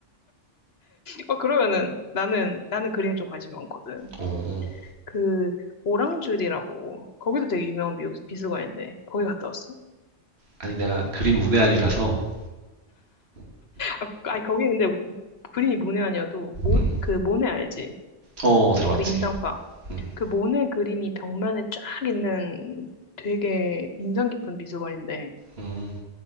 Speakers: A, on the left; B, on the right.
A: 어 그러면은 나는 나는 그림에 좀 관심이 많거든.
B: 어, 어.
A: 그 오랑줄이라고 거기도 되게 유명한 미- 미술관인데 거기 갔다 왔어?
B: 아니 내가 그림 문외한이라서
A: 아, 아니 거기 근데 그림이 모네 아니어도 모,
B: 음,
A: 그 모네 알지?
B: 어 어, 들어왔지.
A: 그 인상파
B: 음,
A: 그 모네 그림이 벽면에 쫙 있는 되게 인상 깊은 미술관인데
B: 음,